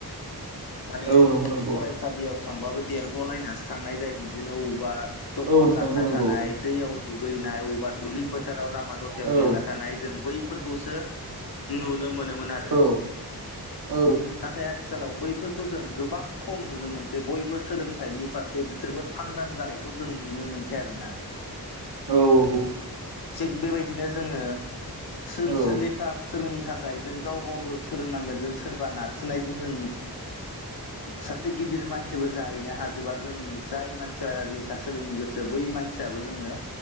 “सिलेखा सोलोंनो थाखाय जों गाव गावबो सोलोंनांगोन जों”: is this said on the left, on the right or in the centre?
Left